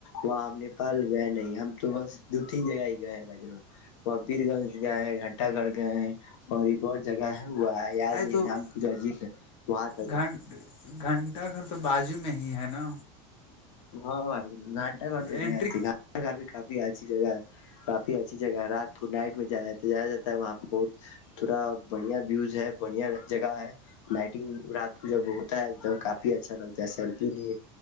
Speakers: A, on the left; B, on the left.
A: وہاں ہم نے پال گئے نہیں ہم تو بس دو تین جگہ ہی گئے ہیں بھائیر کبیر گنج گئے ہیں گھنٹا گڑھ گئے ہیں اور ایک اور جگہ ہے وہ یاد
B: ارے
A: نہیں
B: تو
A: نام پوجا جی وہاں تک
B: گھن گھنٹہ گھر تو بازو میں ہی ہے نا
A: ہاں بھائی گھانٹہ گھر تو
B: انٹری
A: گیا تھ گانٹا گھر بھی کافی اچھی جگہ ہے کافی اچھی جگہ ہے رات کو نائٹ میں جایا جا جا ہے وہاں پہ بہت تھوڑا بڑھیا ویوز ہے بڑھیا جگہ ہے نائٹنگ رات کو جب ہوتا ہے تو کافی اچھا لگتا ہے سر کے لیے